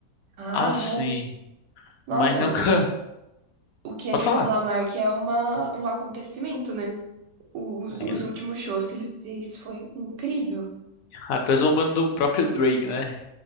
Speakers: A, on the right; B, on the left.
A: Ah,
B: Ah, sim.
A: bom. Nossa,
B: Mas nunca.
A: o
B: <laughs>
A: o Kendrick
B: Pode falar.
A: Lamar, que é uma, um acontecimento, né? Os,
B: Aí,
A: os últimos shows que ele fez foi incrível.
B: Até zombando do próprio Drake, né?